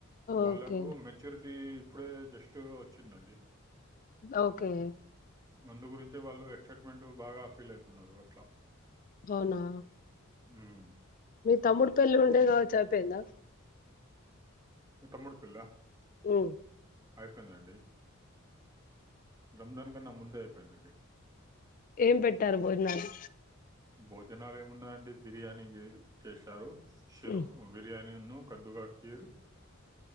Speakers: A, on the right (about 15°); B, on the left (about 40°).
A: వాళ్ళకు
B: ఓకే
A: మెచ్యూరిటీ ఇప్పుడే జస్ట్ ఓచ్చిందండి
B: ఓకే
A: అందు గురించే వాళ్ళు ఎక్సైట్మెంట్ బాగా ఫీల్ ఐతున్నారు అట్లా
B: అవునా
A: హు మ్మ్
B: మీ తమ్ముడు పెళ్లి ఉండేగాచ్చు అయిపోయిందా.
A: మ తమ్ముడు పెళ్ళా
B: ఉమ్
A: అయిపోయిందండి. రంజాన్ కన్నా ముందే అయిపోయిందండి.
B: ఏం పెట్టారు భోజనాలు
A: భోజనాలేమున్నాయండి. బిర్యానీ జే చేశారు సిర్హుర్
B: ఉమ్
A: బిర్యాని ఉన్ను కద్దురా కీర్